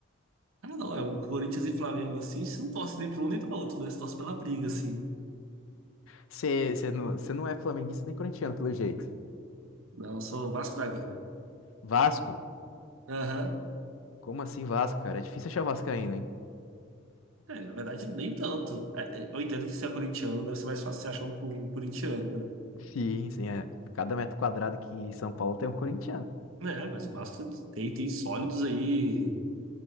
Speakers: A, on the right; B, on the left.
A: Ah, não, é o Corinthians e Flamengo assim, você não torce nem pra um nem pra outro, né? Você torce pela briga, assim.
B: Você, você não, você não é flamenguista nem corintiano, pelo jeito.
A: Não, eu sou o Vasco da Gama.
B: Vasco?
A: Aham.
B: Como assim Vasco, cara? É difícil achar vascaíno, hein?
A: É, na verdade, nem tanto. É, é, eu entendo que se é corintiano, deve ser mais fácil você achar um cu- um corintiano,
B: Sim, sim, é. Cada metro quadrado aqui em São Paulo tem um corintiano.
A: né? É, mas o Vasco tem, tem sólidos aí.